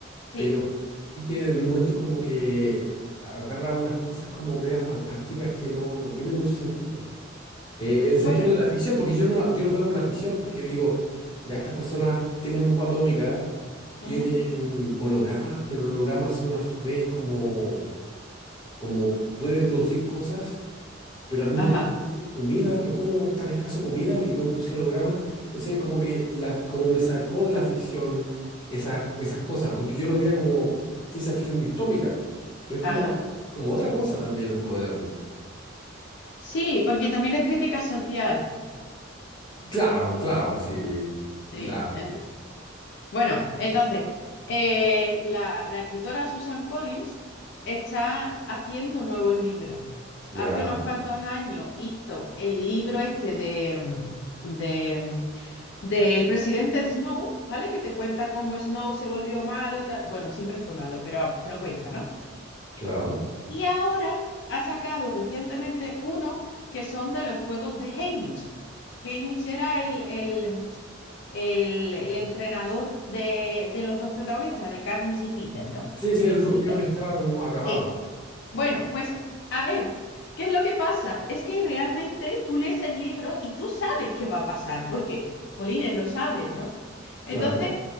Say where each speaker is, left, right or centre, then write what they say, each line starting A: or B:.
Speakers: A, on the left; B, on the left.
A: Sí,
B: pero sí que en un momento como que agarra unas cosas como medias fantásticas que no, no tienen mucho sentido. Eh, en el sentido
A: bueno,
B: de la ficción, porque yo no la- yo los veo por la ficción, porque digo, ya estas personas tienen bomba atómica, tienen
A: ujú,
B: hologramas, pero hologramas son a su vez como, como pueden producir cosas pero al mismo
A: Ajá.
B: tiempo tienen comida, pero cómo es tan escaso comida y pueden producir hologramas. Entonces, como que la, como me salcó de la ficción esas, esas cosas, porque yo lo veía como ciencia ficción distópica, pero es como,
A: Ajá,
B: como otra cosa también el Juego del Hambre.
A: Sí, porque también es crítica social.
B: Claro, claro, sí.
A: Sí.
B: La,
A: ent- bueno, entonces, eh, la, la escritora Susan Collins está haciendo nuevos libros.
B: ya,
A: Hace unos cuantos años hizo el libro este de, de, del presidente de Snow, ¿vale? Que te cuenta cómo Snow se volvió malo y tal. Bueno, siempre fue malo, pero vamos, te lo cuenta, ¿no?
B: claro.
A: Y ahora ha sacado recientemente uno que son de los juegos de Haymitch. Haymitch era el, el- el- el entrenador de, de los dos protagonistas, de Katniss y Peter, ¿no?
B: Sí, sí,
A: Eh,
B: el
A: y
B: rubio
A: Pita.
B: que estaba como acabado,
A: Ese. Bueno, pues a ver, ¿qué es lo que pasa? Es que realmente tú lees el libro y tú sabes qué va a pasar, porque Colines lo saben, ¿no?
B: claro.
A: Entonces,